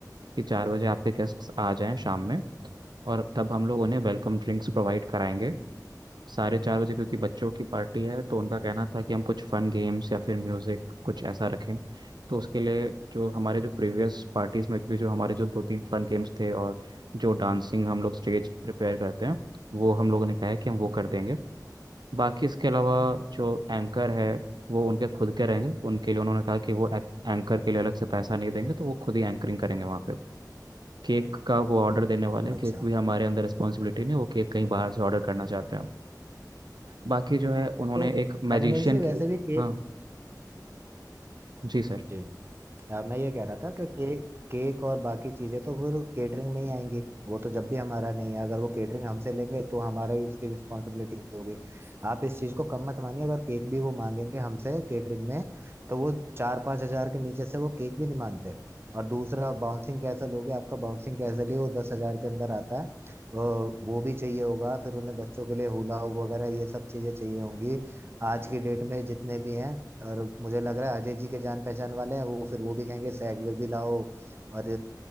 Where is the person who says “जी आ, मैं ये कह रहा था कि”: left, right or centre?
Right